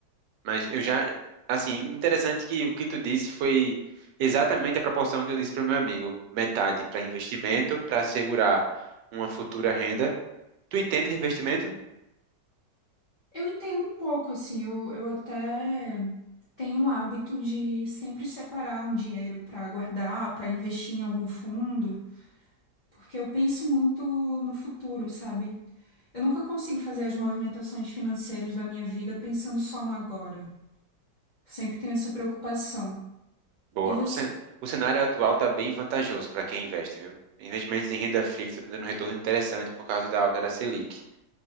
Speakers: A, on the right (about 80°); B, on the left (about 60°).
A: Mas eu já, assim, interessante que o que tu disse foi exatamente a proporção que eu disse para o meu amigo, metade para investimento, para assegurar uma futura renda. Tu entende de investimento?
B: Eu entendo um pouco, assim, eu, eu até tenho o hábito de sempre separar um dinheiro para guardar, para investir em algum fundo, porque eu penso muito no futuro, sabe? Eu nunca consigo fazer as movimentações financeiras da minha vida pensando só no agora. Sempre tenho essa preocupação.
A: Boa.
B: E você?
A: O cen- o cenário atual está bem vantajoso para quem investe, viu? Investimentos em renda fixa estão dando um retorno interessante por causa da alta da Selic.